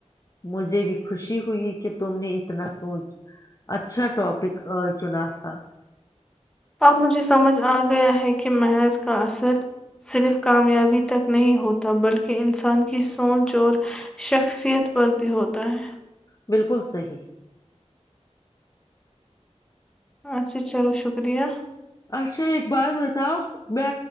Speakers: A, on the left; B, in the centre.
A: مجھے بھی خوشی ہوئی کہ تم نے اتنا سوچ اچھا ٹاپک چنا تھا
B: اب مجھے سمجھ آ گیا ہے کہ محنت کا اثر صرف کامیابی تک نہیں ہوتا بلکہ انسان کی سوچ اور شخصیت پر بھی ہوتا ہے
A: بالکل صیح
B: اچھا چلو شکریہ
A: اچھا ایک بات بتاؤ میں